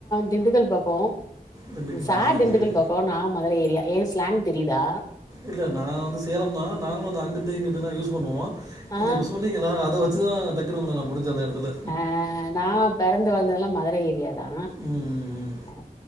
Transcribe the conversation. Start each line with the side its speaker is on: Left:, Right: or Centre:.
Left: திண்டுக்கல் பக்கொ
Right: திண்டுக்கல்
Left: சார்
Right: சரி
Left: திண்டுக்கல்
Right: சரி
Left: பக்கொ நா மதுர ஏரியா ஏ ஸ்லாங் தெரியிதா?
Right: இல்ல நா வந்து சேலம் தா நாங்களு இந்து அங்கிட்டு இங்கிட்டுல்லா யூஸ் பண்ணுவோ
Left: ஆ
Right: நீங்க இப்ப சொன்னீங்களா அத வச்சுதா டக்குனு ஒங்கள நா புடிச்ச அந்த எடத்துல
Left: ஆ நா பெறந்து வளந்ததெல்லா மதுர ஏரியா தா
Right: ம் ம்
Left: ஆ